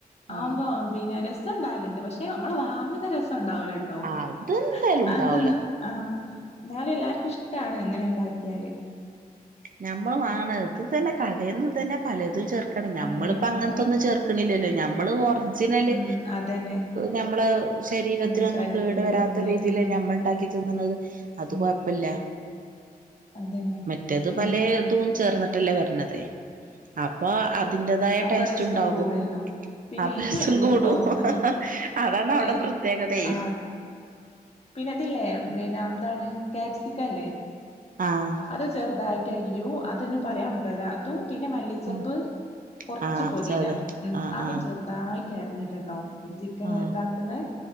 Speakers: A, on the left (about 40°); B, on the right (about 60°).
A: ആവുമ്പോ
B: ആഹ്
A: പിന്നെ രസം ഉണ്ടാലുണ്ട് പക്ഷെ നമ്മള് വാങ്ങുന്ന രസം ഉണ്ടാവല കേട്ടോന്താ
B: ആ അതെന്തായാലും ഉണ്ടാവൂല
A: ആ എന്നാലും എല്ലാവർക്കും ഇഷ്ടമാണ് എങ്ങനെ ഉണ്ടാക്കിയാല്
B: ഞമ്മൾ വാങ്ങ ഇത് തന്നെ കടെന്ന് തന്നെ പലതും ചെ നഞമ്മളിപ്പ
A: ഉം
B: അങ്ങനത്തൊന്നും
A: അതാണ്
B: ചേർക്കണില്ലല്ലോ നമ്മള് ല്
A: ഉം അതന്നെ
B: നമ്മള ശരീരത്തിനൊന്നും
A: ഉം ശരീരത്തിന്
B: കേട് വരാത്ത
A: വേണ്ടി
B: രീതിൽ
A: ഉം
B: ഞമ്മൾ ഉണ്ടാക്കി തിന്നണത് അത്
A: ഉം
B: കൊഴപ്പില്ല
A: അതന്നെ
B: മറ്റേത്
A: പിന്നെ
B: പല ഇത ചേർന്നിട്ടല്ലേ വരണതേ അപ്പൊ അതിന്റെതായ
A: അപ്പൊ
B: ടേസ്റ്റ്
A: രസം
B: ഉണ്ടാകും
A: കൂടുവല്ലോ പിന്നെ
B: അഭ്യസം
A: ഇത് ഇടുട്ടോ
B: കൂടും
A: മറ്റേ
B: അതാണ് അവിടെ
A: ഏഹ്
B: പ്രത്യേകതയ
A: ആഹ് പിന്നെ അതില്ലേ പിന്നെ എന്താണ് കാപ്സിക്കല്ലേ
B: ആഹ്
A: അത് ചെറുതായിട്ടായിയോ അതു പറയാൻ പട്ടോരാ അത്തു പിന്നെ മല്ലി ചെപ്പ്
B: ആഹ്
A: കൊറച്ച്
B: ആഹ്
A: പൊതീന
B: ചത
A: ഉം
B: ആഹ്
A: അതും
B: ആഹ്
A: ചെറ്തായി ക്കെ അരിഞ്ഞിട്ടാട്ടോ അപ്പൊ ചിക്കന്
B: ആഹ്
A: ഇതാക്കുന്ന്